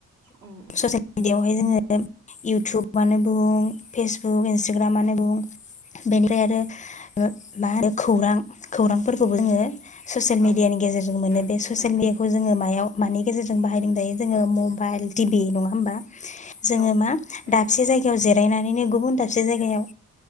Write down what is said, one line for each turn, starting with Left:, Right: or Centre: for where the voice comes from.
Right: उम उम
Left: ससियेल मिडियाआवहाय जोङो इउटुबानो बुं फेसबुक, इन्सटाग्रामानो बुं बेनिफ्राय आरो मा होनो खौरां खौरांफोरखौबो जोङो ससियेल
Right: औ
Left: मिडियानि गेजेरजों मोनो
Right: उम
Left: बे ससियेल
Right: उम उम
Left: मिडियाखौ जोङो मायाव मानि गेजेरजों बाहायदों दायो जोङो मबाइल टिभि नङा होमबा जोङो
Right: औ
Left: मा
Right: उम
Left: दाबसे जायगायाव जेर दायनानैनो गुबुन दाबसे जायाव